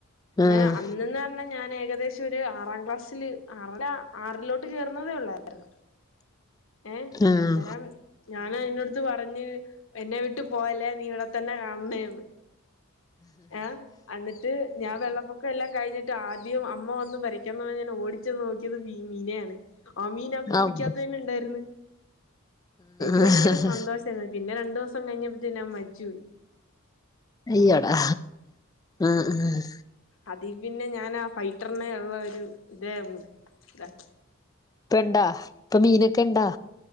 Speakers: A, on the left; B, on the left.
A: <unintelligible>
B: ആഹ്
A: അന്നന്ന പറഞ്ഞ ഞാന് ഏകദേശം ഒരു ആറാം ക്ലാസ്സില് ആറല്ല ആറിലോട്ട് കേർന്നതേ ഒള്ളാര്ന്ന് ഏഹ്
B: ആഹ്
A: അന്നേരം ഞാന് അയ്നോട് ത്ത് പറഞ്ഞ് എന്നെ വിട്ട് പോവല്ലേ നീ ഇവടെത്തന്നെ കാണണേന്ന് ആഹ് അന്നിട്ട് ഞാൻ വെള്ളപ്പൊക്കം എല്ലാ കയ്ഞ്ഞിട്ട് ആദ്യം അമ്മ വന്ന് <unintelligible> പറഞ്ഞ് ഞാ ഓടി ചെന്ന് നോക്കിയത് മീനെയാണ് ആ മീന് ആ കുപ്പിക്കാത്തന്നെ
B: ആഹ് ആഹ്
A: ഇണ്ടാര്ന്ന് എനിക്ക്
B: ആഹ്
A: ഭയങ്കര സന്തോഷര്ന്നു പിന്നെ രണ്ടു ദിവസം കഴിഞ്ഞപ്പത്തെനു അത് മരിച്ചോയി
B: അയ്യടാ ആഹ് ആഹ്
A: അതി പിന്നെ ഞാൻ ആ ഫൈറ്ററിനെ ഉള്ള ഒര് ഇതേ ഇതാക്കി
B: ഇപ്പണ്ടാ ഇപ്പം മീനൊക്കെ ഇണ്ടാ